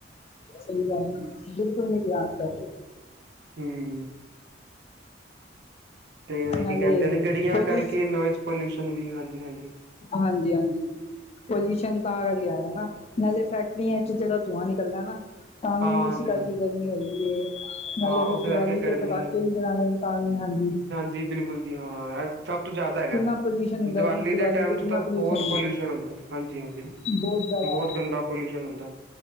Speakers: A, on the left; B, on the right.
A: ਸਈ ਗਲ ਏ, ਬੀਲਕੁਲ ਨੀ ਰੇਆ ਅੱਜ-ਕੱਲ।
B: ਹੂੰ। ਤੇ
A: ਨਾਲੇ
B: ਕੀ ਕੈਂਦੇ ਨੇ ਗੱਡੀਆਂ
A: ਪੁਲਿਸ
B: ਕਰਕੇ ਨੋਯਸ ਪੋਲਊਸ਼ਨ ਵੀ ਹਾਂਜੀ-ਹਾਂਜੀ।
A: ਹਾਂਜੀ-ਹਾਂਜੀ। ਪਲਊਸ਼ਨ ਤਾਂ ਰੀਆਰਾ ਨਾ, ਨਾਲੇ ਫੈਕਟਰੀਆਂ ਚ ਜੇੜਾ ਧੂੰਆਂ ਨੀਕਲਦਾ ਨਾ ਤਾਂ ਵੀ
B: ਹਾਂ
A: ਏਸੇ
B: ਜੀ
A: ਕਰਕੇ
B: ਹਾਂਜੀ
A: ਗਰਮੀ ਹੋਈ ਵਈ ਏ। ਨਾਲੇ
B: ਹਾਂ
A: ਫੇਰ
B: ਉਸ ਕਰਕੇ
A: ਦੀਵਾਲੀ
B: ਗਰਮੀ
A: ਤੇ ਪਟਾਕੇ ਵੀ <unintelligible> ਹਾਂਜੀ।
B: ਜੀ ਬੀਲਕੁਲ ਜੀ ਹਾਂ ਐ ਸਭ ਤੋਂ ਜਾਦਾ ਹੈਗਾ,
A: ਕਿੰਨਾ ਪੋਲਿਊਸ਼ਨ ਹੁੰਦਾ
B: ਦੀਵਾਲੀ ਦੇ ਟਾਈਮ
A: ਤੇ
B: ਚ
A: ਕਿੰਨਾ
B: ਤਾਂ
A: ਪੋਲਿਊਸ਼ਨ
B: ਬੌਤ ਪਲਊਸ਼ਨ ਹੁੰਦਾ ਹਾਂ ਜੀ ਹਾਂਜੀ,
A: ਬਹੁਤ ਜ਼ਿਆਦਾ
B: ਬੌਤ ਗੰਦਾ ਪਲਊਸ਼ਨ ਹੁੰਦਾ।